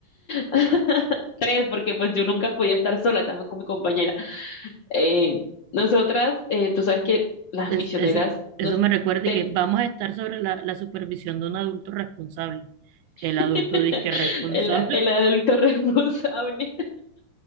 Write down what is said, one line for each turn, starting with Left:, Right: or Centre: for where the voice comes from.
Left: <laughs> Tres, porque pues yo nunca podía estar sola, estaba con mi compañera. Eh, nosotras, eh, tú sabes que las
Right: Es,
Left: misioneras
Right: es- eso
Left: nos
Right: me recuerda
Left: ten-
Right: que vamos a estar sobre la, la supervisión de un adulto responsable. El
Left: <laughs>
Right: adulto disque responsable.
Left: el, el adulto <laughs> responsable.